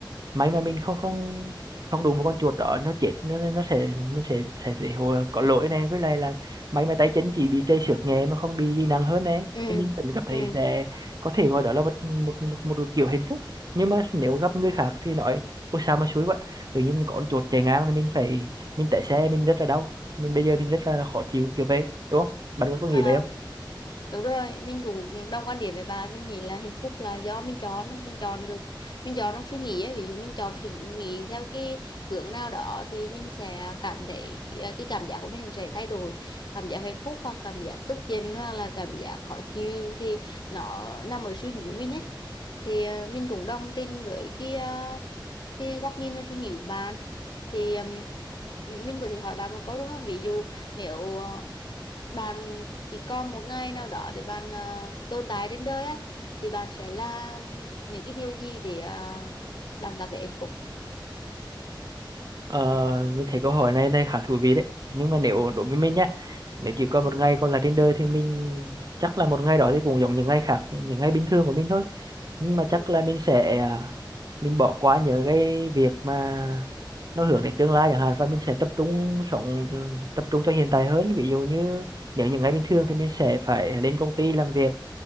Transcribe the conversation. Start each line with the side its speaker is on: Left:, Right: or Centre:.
Right: may mà mình không không không đụng vào con chuột đó nó chết nó, nó sẽ mình sẽ sẽ sẽ hồi có lỗi nè với lại là may mà tay chân chỉ bị chảy xước nhẹ mà không bị gì nặng hơn nè
Left: ừ
Right: thì mình vẫn cảm thấy
Left: ừ
Right: sẽ có thể gọi đó là một một một, một kiểu hạnh phúc nhưng mà nếu gặp người khác thì nói ôi sao mà xui quá tự nhiên có con chuột chạy ngang thì mình phải mình tại xe mình rất là đau mình bây giờ mình rất là khó chịu kiểu vậy đúng không bạn có có nghĩ
Left: à,
Right: vậy
Left: đúng rồi mình cũng đồng quan điểm với bạn mình nghĩ là hạnh phúc là do mình chọn mình chọn được mình chọn trong suy nghĩ ấy. ví dụ mình chọn suy nghĩ theo cái hướng nào đó thì mình sẽ cảm thấy à, cái cảm giác của mình cũng sẽ thay đổi cảm giác hạnh phúc hoặc cảm giác tức giận hoặc là cảm giác khó chịu thì nó nằm ở suy nghĩ của mình ấy thì à, mình cũng đồng tình với cái à, cái góc nhìn và suy nghĩ của bạn thì um, mình có thể hỏi bạn một câu đúng không ví dụ nếu à, bạn chỉ còn một ngày nào đó để bạn à, tồn tại trên đời á thì bạn sẽ làm những cái điều gì để à, bạn cảm thấy hạnh phúc
Right: Ờ, mình thấy câu hỏi này này khá thú vị đấy nhưng mà nếu đối với mình nhá nếu chỉ có
Left: ừ.
Right: một ngày còn là trên đời thì mình chắc là một ngày đó thì cũng giống những ngày khác những ngày bình thường của mình thôi nhưng mà chắc
Left: Ừ.
Right: là mình sẽ à, mình bỏ qua những cái việc mà nó hướng đến tương lai chẳng hạn và mình sẽ tập trung sống ừ, tập trung cho hiện tại hơn ví dụ như nếu những ngày bình thường thì mình sẽ phải lên công ty làm việc